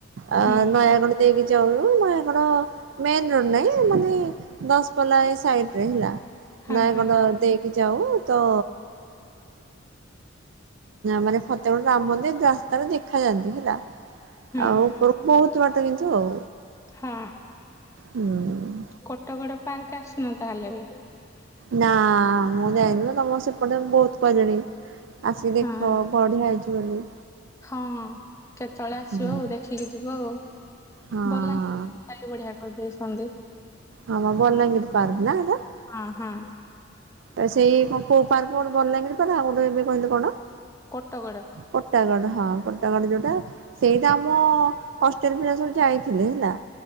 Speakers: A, on the right; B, on the left.
A: ଆ
B: ହୁଁ।
A: ନୟାଗଡ ଦେଇକି ଯାଉ ନୟାଗଡ ମେନ ରୋଡ ନାଁଇ ମାନେ ଦଶପଲ୍ଲା ଏଇ ସାଇଟରେ ହେଲା।
B: ହଁ
A: ନୟାଗଡ
B: ହଁ
A: ଦେ ଇକି ଯାଉ ତ ମାନେ ଫତେଗଡ ରାମ ମନ୍ଦିର ରାସ୍ତାରେ ଦେଖାଯାଆନ୍ତି ହେଲା।
B: ହୁଁ
A: ଆଉ ଉପର ବୋହୁତ ବାଟ କିନ୍ତୁ ଆଉ।
B: ହୁଁ
A: ହୁଁ।
B: କୋଟଗଡ ପାର୍କ ଆସିନ ତାହେଲେ ବି?
A: ନାଁ ମୁଁ ଯାାଇନି ତ ତମ ସେପଟେ ବୋହୁତ କହିଲେଣି। ଆସିକି ଦେଖ
B: ହଁ।
A: ବଢିଆ ହେଇଚି ବୋଲି।
B: ହଁ କେତେବେଳେ ଆସିବ
A: ହୁଁ।
B: ଆଉ ଦେଖିକି ଯିବ ଆଉ
A: ହଁ
B: ବଲା <unintelligible> ବଢିଆ କରିଦେଇଚନ୍ତି।
A: ହଁ ବା ବଲାଙ୍ଗିର ପାର୍କ ନା ଏଇଟା?
B: ହୁଁ ହୁଁ।
A: ତ ସେଇ କୋଉ ପାର୍କ ଗୋଟେ ବଲାଙ୍ଗିର କହିଲ ଆଉ ଗୋଟେ ଏବେ କହିଲ କଣ?
B: କୋଟଗଡ।
A: କୋଟାଗଡ ହଁ କୋଟାଗଡ ଯୋଉଟା ସେଇଟା ଆମ ହଷ୍ଟେଲ ପିଲା ସବୁ ଯାଇଥିଲେ ହେଲା।